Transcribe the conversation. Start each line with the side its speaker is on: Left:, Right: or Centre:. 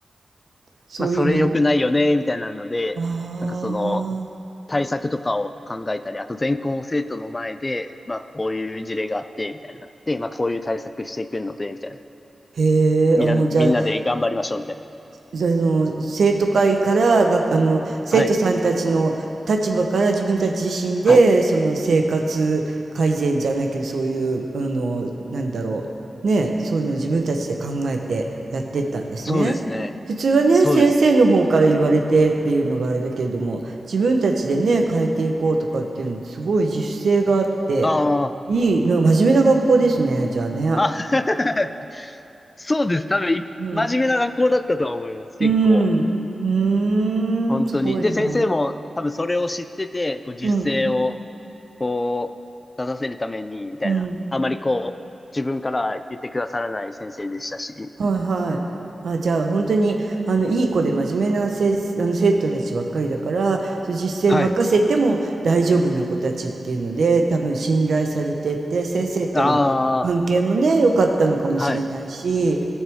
Right: そういうのを、
Left: まあ、それ良くないよね、みたいなので、
Right: ああ、
Left: なんかその、対策とかを考えたり、あと全校生徒の前で、まあ、こういう事例があって、みたいな。で、まあ、こういう対策していくので、みたいな。
Right: へえ、
Left: みんな、
Right: あ、もうじゃあ、
Left: みんなで頑張りましょう、みたいな。
Right: あの生徒会からがあの生徒さんたちの立場から自分たち自身でその生活改善じゃないけどそういうあのなんだろうねそういうのを自分たちで考えてやってったんですね。
Left: はい。はい。そうですね。
Right: 普通はね先生の方から言われてっていうのがあれだけれども自分たちでね変えていこうとかっていうのすごい自主性があって
Left: そうですね。あ
Right: いいなんか真面目な学校ですねじゃあね。
Left: あ。あ <laughs> そうです。多分、い真面目な学校だったとは思います。
Right: うん。
Left: 結構。
Right: うん。うーん、
Left: 本当に。
Right: すごいな。
Left: で、先生も多分それを知ってて、こう、実践を
Right: うん、
Left: こう、出させるために、みたいな。
Right: うん、
Left: あまりこう、自分から言ってくださらない先生でしたし。
Right: はいはい。あ、じゃあ本当にあのいい子で真面目なせ、あの生徒たちばっかりだから、そう実践任せても大丈夫な子たちっていうので、
Left: はい。
Right: 多分信頼されてて、先生との関係もね、
Left: あ
Right: 良かったのかもしれないし、
Left: あ、はい。